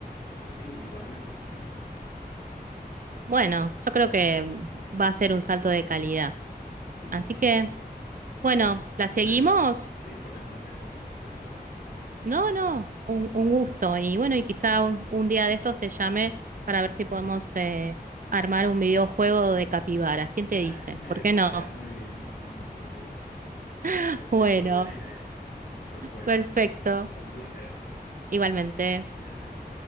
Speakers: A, on the left (about 85°); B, on the right (about 55°).
A: pero sí, igual me gusta, me gusta.
B: Bueno, yo creo que va a ser un salto de calidad.
A: Sí,
B: Así
A: claro.
B: que, bueno,
A: Pues
B: ¿la
A: muchas
B: seguimos?
A: gracias, sí, por el consejo, de verdad.
B: No, no, un, un gusto. Y
A: Un
B: bueno,
A: gusto.
B: y quizá un, un día de estos te llame para ver si podemos eh, armar un videojuego de capibaras. ¿Quién te
A: <laughs>
B: dice?
A: Estaría
B: ¿Por qué no?
A: muy bien, muy bonito, sí.
B: <laughs>
A: Es
B: Bueno,
A: cierto, buena idea. Pues bueno,
B: perfecto.
A: fue un placer.
B: Igualmente.
A: Cuídate.